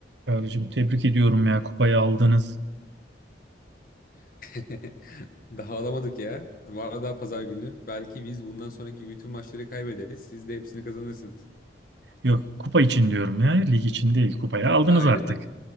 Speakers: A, on the right; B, on the left.
A: Çağrı'cığım tebrik ediyorum ya kupayı aldınız.
B: <laughs> Daha alamadık ya. Var daha pazar günü. Belki biz bundan sonraki bütün maçları kaybederiz. Siz de hepsini kazanırsınız.
A: Yok kupa için diyorum ya lig için değil kupayı aldınız
B: Ha öyle
A: artık.
B: mi?